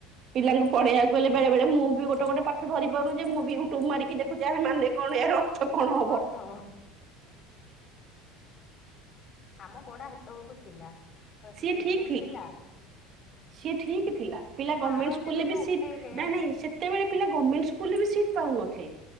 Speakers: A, on the right; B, on the left.
A: ପିଲାଙ୍କୁ ପଢେଇଆକୁ ହେଲେ ବେଳେ ବେଳେ ମୁଁ ବି ଗୋଟେ ଗୋଟ ପାଠ ଧରି ପାରୁନି ଯେ ମୁଁ ବି ୟୁଟୁବ ମାରି ଦେଖୁଛି ଆର ମାନେ କଣ ଏହାର ଅର୍ଥ କଣ ହବ।
B: ଅର୍ଥ ଆମ ପଢା ହେତବେଳକୁ ଥିଲା ପୁରା
A: ସିଏ
B: ଷ୍ଟିଟ
A: ଠିକ
B: ଯେମତି ଥିଲା।
A: ସିଏ ଠିକ ଥିଲା ପିଲା ଗମେଣ୍ଟ
B: ମାଡ
A: ସ୍କୁଲରେ
B: ଯେବେଠୁ
A: ବି ସି
B: ଉଠେଇଲେ
A: ନାଇଁ ନାଇଁ ସେତେବେଳେ ପିଲା ଗମେଣ୍ଟ ସ୍କୁଲରେ ବି ସିଟ୍ ପାଉନଥି